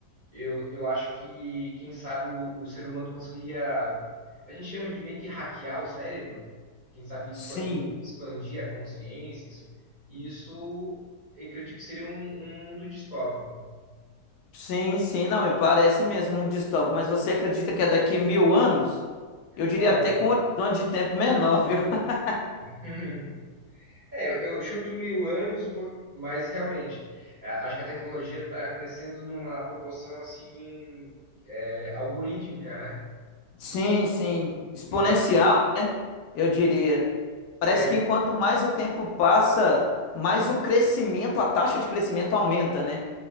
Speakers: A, on the right; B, on the left.
A: Eu, eu acho que, quem sabe, o, o ser humano conseguiria. A gente chama de meio que hackear o cérebro, quem sabe expandir,
B: Sim.
A: expandir a consciência. Isso, isso eu acredito que seria um, um mundo distópico.
B: Sim, sim, não, me parece mesmo um distópico, mas você acredita que é daqui mil anos? Eu diria
A: Olha,
B: até com um horizonte de tempo menor, viu? <laughs>
A: <laughs> é, eu eu chuto mil anos, por- mas realmente, é, acho que a tecnologia está crescendo numa proporção assim, é, algorítmica, né?
B: Sim, sim, exponencial,
A: Mas,
B: né? Eu diria. Parece
A: é,
B: que enquanto mais o tempo passa, mais o crescimento, a taxa de crescimento aumenta, né?